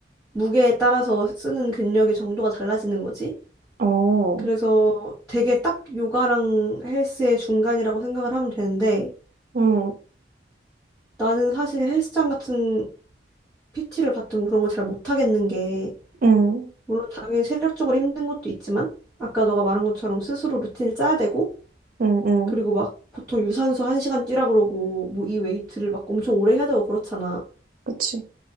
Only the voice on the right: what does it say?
어,
응,
응,
응, 응.
그치.